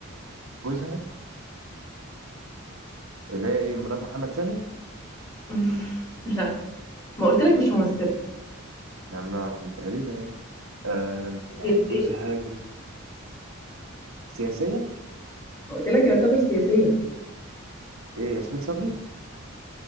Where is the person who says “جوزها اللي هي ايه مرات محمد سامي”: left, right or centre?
Right